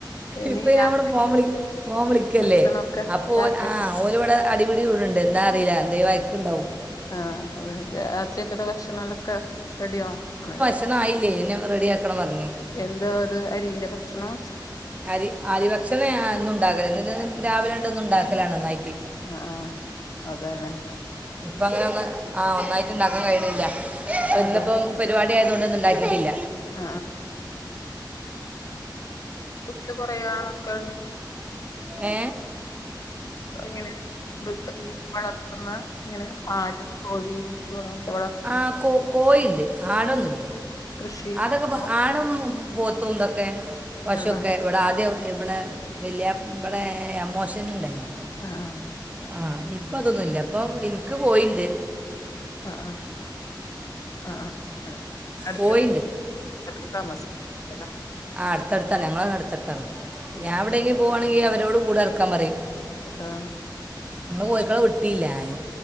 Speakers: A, on the left; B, on the right.
A: ഇനി
B: ഇപ്പൊ ഞാനിവിടെ
A: രാത്രി
B: ഫോൺ വിളി ഫോൺ വിളിക്കല്ലേ
A: ഭക്ഷണൊക്കെ
B: അപ്പൊ
A: രാത്രിക്ക്
B: ഓൻ ആ ഇവിടെ അടിപിടി കൂട്ണ്ട് എന്താ അറില്ല എന്തെ വഴക്ക്ണ്ടാവും
A: ആ അതെ രാത്രിക്ക്ള്ള ഭക്ഷണൊക്കെ റെഡി യാക്കണ്ണം ഇനി
B: ഒന്നും ആയില്ലേ ഇഞ്ഞ് റെഡി യാക്കണം പറ്ഞ്ഞേ
A: എന്താ അത് അരിന്റെ ഭക്ഷണാ
B: അരി ആരി ഭക്ഷണാ ഞാ എന്നും ഉണ്ടാക്കല് എന്നും ന്ന് രാവിലെ രണ്ട ഒന്നും ഉണ്ടാക്കലാണ് ഒന്നായിട്ട്
A: ആഹ് അതെല്ലെ
B: ഇപ്പ അങ്ങനെ ഒന്ന് ആഹ്‌ ഒന്നായിട്ട് ഇണ്ടാക്കാൻ കയ്യിണ്ല്ല
A: ഓ
B: ഇന്ന്പ്പം
A: അതാ
B: പരിപാടി ആയ തൊണ്ട് ഒന്നും ഉണ്ടാക്കീട്ടില്ല
A: ആഹ് <inaudible> കൊറേ ആ മക്കള്ണ്ടോ
B: ഏ
A: ഇങ്ങനെ മൃഗ ഈ വളർത്തുന്ന ഇങ്ങനെ ആട് കോഴി പശു അങ്ങനത്തെ വളർത്തുന്ന
B: ആഹ് കോ കോയിണ്ട് ആടൊന്നുല്ല
A: കൃഷി
B: അതൊക്കെ
A: അപ്പൊ
B: ആടും പോത്തും ഇതൊക്കെ പശുവൊക്കെ
A: ആ ആ
B: ഇവിടെ ആദ്യം ഇവിടെ വല്ല്യ യാ ഇവിടെ അമ്മാ ഷൻണ്ടായിനി
A: ആഹ്‌
B: ആഹ്‌ ഇപ്പ അതൊന്നും ഇല്ല ഇപ്പൊ ഇൻക്ക് കോയിണ്ട്
A: ആഹ് ആഹ് ആ ആ അങ്ങനെ അടുത്ത
B: കോഴിയുണ്ട്
A: <inaudible> താമസിക്ക <unintelligible>
B: ആഹ് അടുത്തടുത്താണ് ഞങ്ങള് അടുത്തടുത്താണ്
A: ആ
B: ഞാൻ എവിടെങ്കിലും പോവാണെങ്കിൽ അവരോട് കൂട് അടക്കാൻ പറയും
A: ആ
B: ഇന്ന് കോഴികളെ വിട്ടില്ല ഞാന്